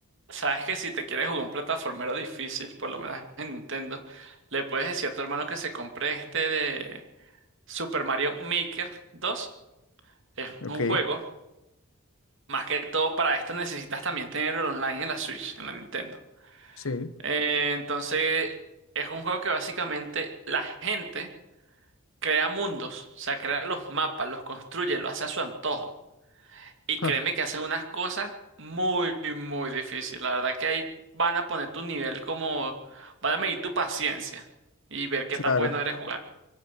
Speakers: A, on the right (about 60°); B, on the left (about 65°).
A: Sabes que si te quieres jugar un plataformero difícil, por lo menos en Nintendo, le puedes decir a tu hermano que se compre este de Super Mario Maker dos. Es
B: Ok,
A: un juego. Más que todo para esto necesitas también tenerlo online en la Switch, en la Nintendo.
B: sí.
A: Eh, entonces, es un juego que básicamente la gente crea mundos, o sea, crea los mapas, los construye, lo hace a su antojo. Y
B: Ja,
A: créeme que hacen unas cosas muy, muy difíciles. La verdad que ahí van a poner tu nivel como, van a medir tu paciencia y ver qué
B: claro,
A: tan bueno eres jugando.